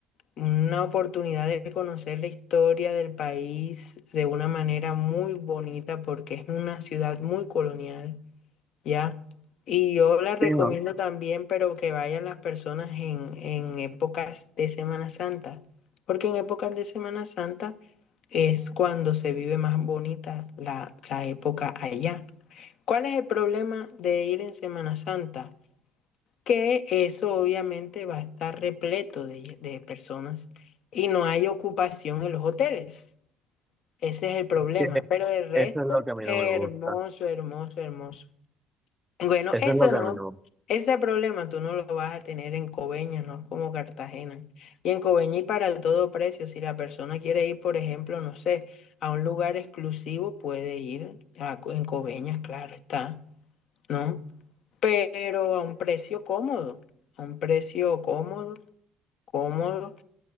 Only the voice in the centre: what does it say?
Sí, no,
que
Eso es lo que a mí
no me gusta.
Eso
es lo que
a mí no. me gusta.